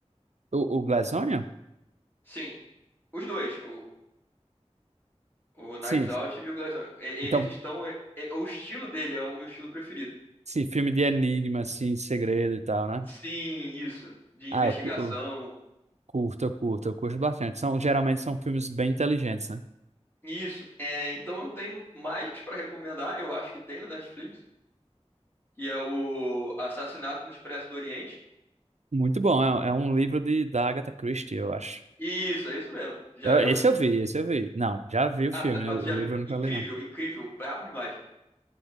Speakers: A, on the right; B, on the left.
A: O, o Glass Onion?
B: Sim, os dois. O, o Knives
A: Sim.
B: Out e o Glass Onion. E- Eles
A: Então,
B: estão. é- é- o estilo dele é o meu estilo preferido.
A: sim, filme de enigma, assim, de segredo e tal, né?
B: Sim, isso. De investigação.
A: Ah, eu, cu- eu curto, eu curto, eu curto bastante. São, geralmente são filmes bem inteligentes, né?
B: Isso. É, então eu tenho mais pra recomendar. Eu acho que tem no Netflix. que é o Assassinato no Expresso do Oriente.
A: Muito bom. É, é um livro de, da Agatha Christie, eu acho.
B: Isso, é isso mesmo. Já
A: Eu-
B: leu?
A: Esse eu vi, esse eu vi. Não, já vi o
B: Ah,
A: filme,
B: tá, mas
A: o, o
B: tu já
A: livro
B: viu.
A: eu nunca
B: Incrível,
A: li, não.
B: incrível, brabo demais.